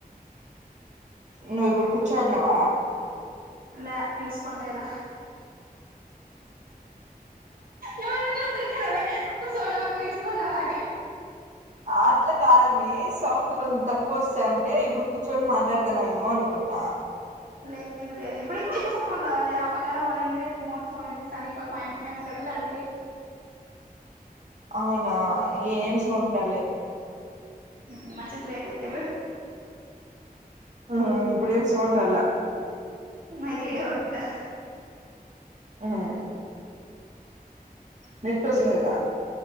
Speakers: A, on the right (about 50°); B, on the right (about 65°).
A: నువ్వు ఇప్పుడు కూర్చోనవ
B: లే ఎవరు <unintelligible> వని
A: అట్లా కాదు మీ సౌండ్ కొంచెం తక్కువ వస్థంటే ఇప్పుడు కూర్చొని మాట్లాడుతాన్నావేమో అనుకున్నా
B: లేదు లేదు ఇప్పుడు ఏమో ఎక్కువ సౌ <unintelligible> ఆపక్క ఏడ మోటర్ ఫోన్ చూస్తాంది ఈ పాపా మా యమ్మ మెమో కడుగుతాంది
A: అవునా ఏం సౌండ్ రాలె
B: హు మంచిగా <unintelligible> ఇప్పుడు
A: హు ఇప్పుడు ఎం సౌండ్ రాలె
B: అయితే ఇడే ఉంటా
A: హు నెట్ వస్త లేది